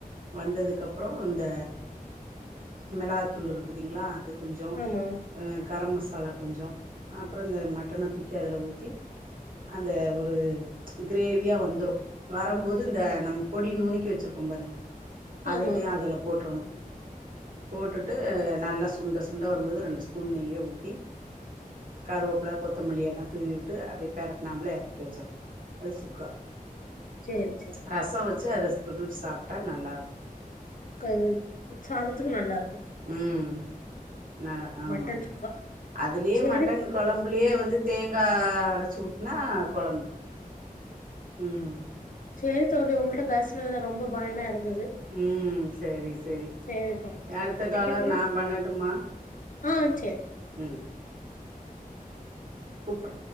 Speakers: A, on the right; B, on the left.
A: வந்ததுக்கு அப்புறம் அந்த மெளாகத்தூள் இருக்கு பத்தீங்களா அது கொஞ்சோ
B: ஆமா
A: கரம் மசாலா கொஞ்சோ அப்புறோ இந்த மட்டன தூக்கி அதல ஊத்தி அந்த ஒரு கிரேவியா வந்துடும் வரும்போது இந்த நம்ம பொடி நுணுக்கி வச்சிருக்கோ பாருங்க அதையே
B: ஆமா
A: அதுல போற்றனு போட்டுட்டு நல்லா சுண்ட சுண்டா வரும்போது ரெண்டு ஸ்பூன் நெய்யே ஊத்தி கருவேப்புல கொத்தமல்லி எல்லாம் தூவி விட்டு அபபடியே பெரட்நாம்ல இறக்கி வச்சிடணு அது க
B: சேரி சேரி
A: ரசோ வச்சு அத தொட்டுட்டு சாப்பிட்டா நல்லா இருக்கு
B: க சாதத்துக்கு நல்லா இருக்
A: உம் ஆஹ ஆமா
B: மட்டன் சுக்கா
A: அதுலயே
B: சேரி
A: மட்டன் குழம்புலயே வந்து தே ங்க அரைச்சு ஊத்தி நா குழம்பு உம்
B: செரி தோழி உங்கள்ட்ட பேசுனதுல ரொம்ப பயனா இருந்தது
A: உம் செரி செரி
B: சேரி தோழி
A: அடுத்த
B: வைக்கட்டுமா
A: காலர் நா பண்ணட்டுமா
B: ஆ சேரி
A: உம் கூப்பற